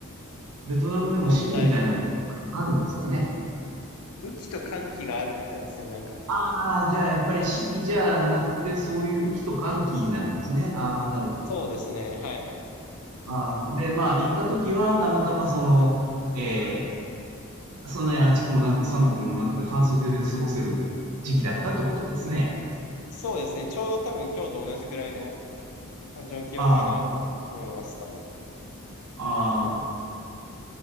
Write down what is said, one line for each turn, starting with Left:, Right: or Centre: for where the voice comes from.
Right: う、ベトナムでも四季みたいなの
Left: 温帯。
Right: あるんですかね。
Left: 雨季と寒季があるみたいですね、なんか。
Right: ああ、じゃあ、やっぱり四季じゃなくて、そういう雨季と乾季なんですね。ああ、なるほど。
Left: そうですね、はい。
Right: ああ、で、まあ、行った時は、たまたまその、えーそんなに暑くもなく寒くもなく半袖で過ごせる時期だったってことですね。
Left: そうですね、ちょうど多分今日と同じくらいの感じの気温かなって思い、
Right: あ
Left: 思います、多分。
Right: あ、ああ、